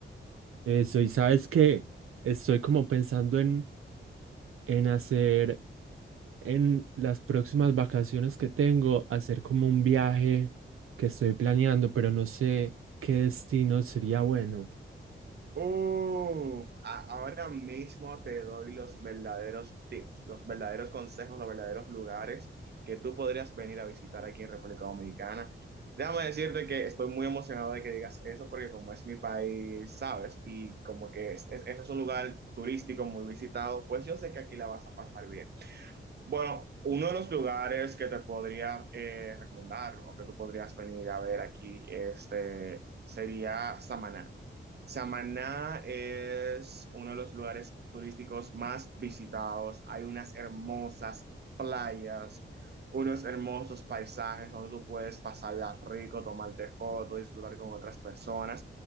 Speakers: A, on the right (about 80°); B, on the right (about 50°).
A: Eso, y sabes que estoy como pensando en, en hacer en las próximas vacaciones que tengo, hacer como un viaje que estoy planeando, pero no sé qué destino sería bueno.
B: Uf, a- ahora mismo te doy los verdaderos tips, los verdaderos consejos, los verdaderos lugares que tú podrías venir a visitar aquí en República Dominicana. Déjame decirte que estoy muy emocionado de que digas eso porque como es mi país, sabes, y como que es, es- ese es un lugar turístico muy visitado, pues yo sé que aquí la vas a pasar bien. Bueno, uno de los lugares que te podría eh, recomendar o que tú podrías venir a ver aquí, este, sería Samaná. Samaná es uno de los lugares turísticos más visitados. Hay unas hermosas playas, unos hermosos paisajes donde tú puedes pasarla rico, tomarte fotos, disfrutar con otras personas.